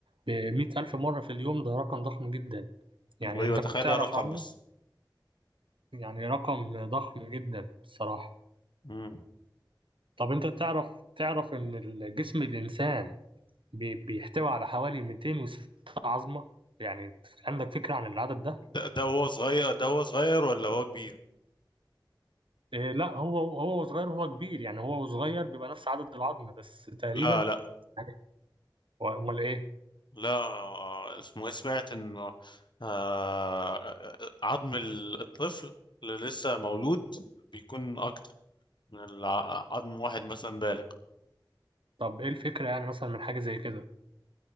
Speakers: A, on the right; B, on the left.
A: بمية ألف مرة في اليوم ده رقم ضخم جدا يعني
B: ايوه
A: أنت
B: تخيل
A: كنت تعرف
B: الرقم
A: عنه
B: بس
A: يعني رقم ضخم جدا بصراحة
B: مم.
A: طب أنت تعرف تعرف إن الجسم الإنسان بي- بيحتوي على حوالي 206 عظمة يعني عندك فكرة عن العدد ده؟
B: ده, ده هو صغير ده هو صغير ولا هو كبير
A: إيه لا هو هو صغير وهو كبير يعني هو صغير بيبقى نفس عدد العظم بس تقريبا
B: لا لا
A: يعني هو- امال ايه
B: لا آه، اسمه ايه سمعت انه آه، عظم ال- الطفل اللي لسه مولود بيكون اكتر من الع- عظم واحد مثلا بالغ
A: طب ايه الفكره يعني مثلا من حاجه زي كده